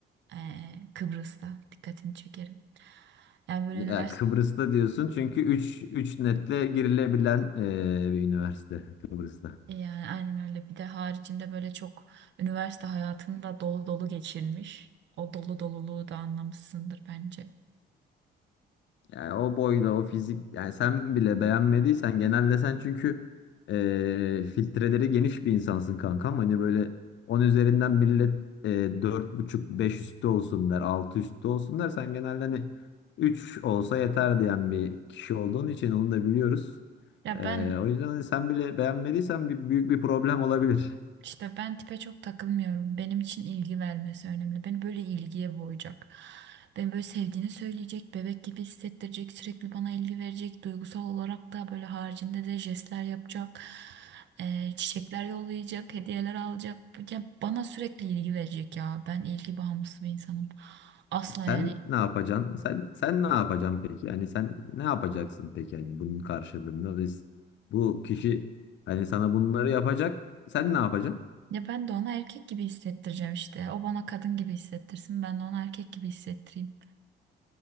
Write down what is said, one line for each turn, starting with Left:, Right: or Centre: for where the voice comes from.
Right: Ee, Kıbrıs'ta. Dikkatini çekerim. Yani böyle
Left: Ya
Right: üniversite
Left: Kıbrıs'ta diyorsun çünkü üç üç netle girilebilen eee, bir üniversite Kıbrıs'ta.
Right: yani aynen öyle. Bir de haricinde böyle çok üniversite hayatını da dolu dolu geçirmiş. O dolu doluluğu da anlamışsındır bence.
Left: Yani o boyla o fizik yani sen bile beğenmediysen genelde sen çünkü eee, filtreleri geniş bir insansın kankam. Hani böyle 10 üzerinden millet eee, dört buçuk 5 üstü olsun der 6 üstü olsun der. Sen genelde hani 3 olsa yeter diyen bir kişi olduğun için onu da biliyoruz.
Right: Ya
Left: Eee,
Right: ben
Left: o yüzden hani sen bile beğenmediysen bir, büyük bir problem olabilir.
Right: İşte ben tipe çok takılmıyorum. Benim için ilgi vermesi önemli. Beni böyle ilgiye boğacak. Beni böyle sevdiğini söyleyecek, bebek gibi hissettirecek, sürekli bana ilgi verecek. Duygusal olarak da böyle haricinde de jestler yapacak. Ee, çiçekler yollayacak, hediyeler alacak. Ya bana sürekli ilgi verecek ya. Ben ilgi bağımlısı bir insanım. Asla
Left: Sen
Right: yani
Left: ne yapacaksın? Sen sen ne yapacaksın peki? Yani sen ne yapacaksın peki? Yani bunun karşılığında biz bu kişi hani sana bunları yapacak. Sen ne yapacaksın?
Right: ya ben de ona erkek gibi hissettireceğim işte. O bana kadın gibi hissettirsin. Ben de ona erkek gibi hissettireyim.